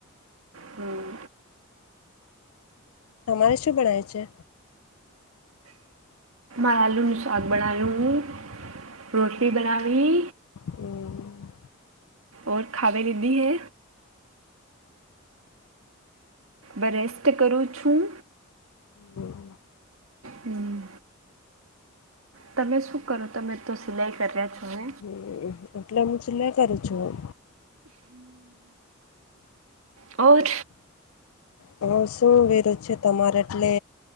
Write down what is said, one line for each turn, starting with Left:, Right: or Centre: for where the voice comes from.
Right: હમ્મ.
Left: તમારે શું બણાયુ છે?
Right: આલુનુ શાક બનાાયું. રોટલી બનાવી.
Left: હમ્મ.
Right: ઓર ખાવે દીધી હે? બરેસ્ટ કરું છું.
Left: હમ
Right: હમ્મ. તમે શું કરો? તમે તો સિલાઈ કર્યા છો ને.
Left: હમ એટલે મુ સિલાઈ કરુ છું.
Right: ઓર.
Left: હું શું વેરુ છે તમારે એટલે